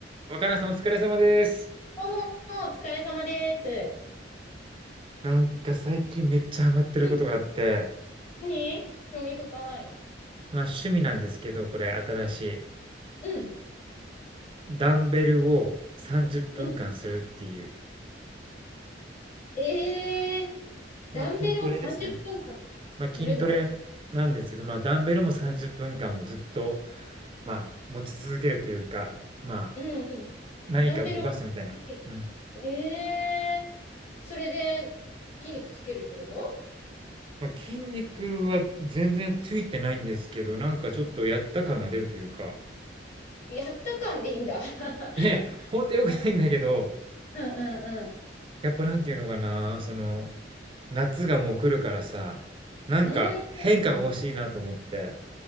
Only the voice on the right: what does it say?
若菜さんお疲れ様です。
なんか最近めっちゃハマってることがあって、
まあ趣味なんですけど、これ新しい。
ダンベルを30分間するっていう。
まあ筋トレですね。
まあ筋トレなんですけど、まあダンベルも30分間もずっと、まあ持ち続けるというか、まあ
何か動かすみたいな。
うん。
まあ、筋肉は全然ついてないんですけど、なんかちょっとやった感が出るというか、
いやいや、ほんと良くないんだけど、
やっぱなんていうのかな、その、夏がもう来るからさ、なんか変化が欲しいなと思って。